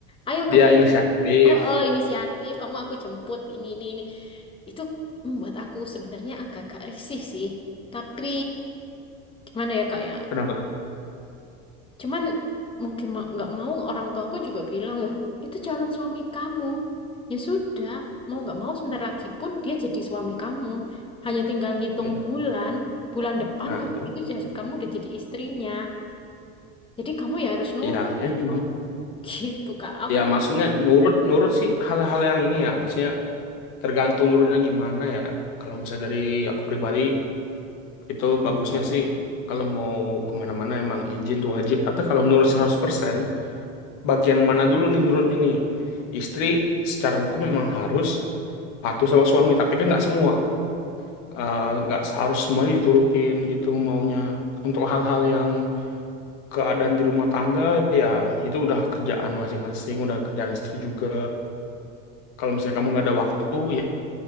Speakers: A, on the left (about 20°); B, on the left (about 70°).
A: ayo
B: Dia
A: kamu,
B: inisiatif.
A: eh eh, inisiatif, kamu aku jemput ini ini ini. Itu membuat aku sebenarnya agak-agak risih sih. Tapi gimana ya Kak ya?
B: Kenapa tuh?
A: Cuman mungkin ma- nggak mau orang tuaku juga bilang, loh itu calon suami kamu. Ya sudah, mau nggak mau sebentar lagi pun dia jadi suami kamu. Hanya tinggal ngitung
B: Ya.
A: bulan, bulan depan
B: Nah,
A: kamu
B: terus
A: itu jas- kamu udah jadi istrinya. Jadi kamu ya harus nurut
B: ya emang
A: <laughs> gitu Kak. Aku
B: ya maksudnya nurut nurut sih hal-hal yang ini ya. Maksudnya tergantung nurutnya gimana ya. Kalau misalnya dari aku pribadi Itu bagusnya sih kalau mau kemana-mana emang izin tuh wajib. Tapi kalau menurut 100% bagian mana dulu nih menurutnya nih? Istri secara hukum memang harus patuh sama suami, tapi kan nggak semua. Eh, Nggak harus semuanya diturutin gitu maunya. Untuk hal-hal yang keadaan di rumah tangga, ya itu udah kerjaan masing-masing, udah kerjaan istri juga. Kalau misalnya kamu nggak ada waktu, ya